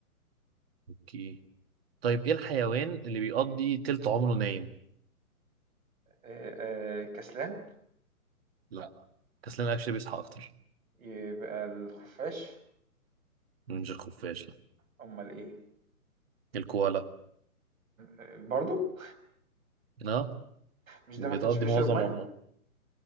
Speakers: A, on the right (about 40°); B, on the right (about 65°).
A: اوكي طيب ايه الحيوان اللي بيقضي تلت عمره نايم
B: آه، آه، كسلان
A: لا كسلان اكشلي بيصحى اكتر
B: يبقى الخفاش
A: مش الخفاش لا
B: امال ايه
A: الكوالا
B: آه، برضو
A: اه
B: مش
A: بتقضي
B: ده ما كانش بيشرب
A: معظم
B: ميه
A: عمره